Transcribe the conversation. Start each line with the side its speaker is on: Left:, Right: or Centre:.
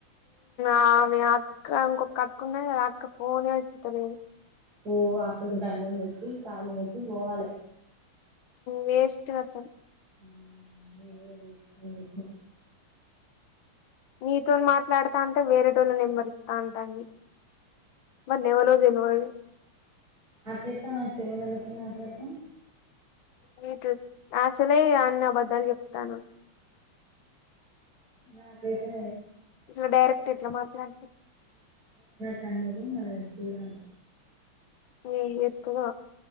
Left: ఆమె అక్క ఇంకొక అక్క ఉన్నది కదా ఆ అక్క ఫోనే ఎత్తుతలేదు
Right: పో అక్కకి దండం పెట్టి కాళ్ళకి ముక్కి పోవాలి
Left: వేస్ట్ ఇవాసం
Right: నేను వేస్ట్ పష
Left: నీతో మాట్లాడతా అంటే వేరేటోళ్ళు నెంబరిత్త అంటాంది వాళ్ళు ఎవరో తెల్వదు
Right: అట్లట్లా మా తెలినోళ్లతో ఎలా మాట్లాడతాం
Left: మీకు అసలే అన్నబద్దాలు చెప్తాను
Right: నా కైతే
Left: ఇట్లా డైరెక్ట్ ఎట్లా మాట్లాడుతు
Right: తందరు మరి చూడాలి
Left: ఏ ఎత్తువా